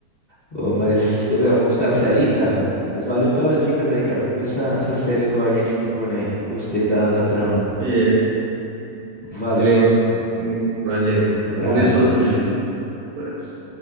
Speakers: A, on the left; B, on the right.
A: Ô, mas, Gabriel, vou precisar sair,
B: Beleza?
A: cara. Mas valeu pelas dicas aí, cara. Vou ver essa, essa série do Agente Noturno aí. Gostei da, da trama.
B: Beleza.
A: Valeu,
B: Beleza.
A: meu amigo.
B: Hum, Valeu.
A: Um abraço.
B: Vou ver a sua também.
A: tchau.
B: Abraço.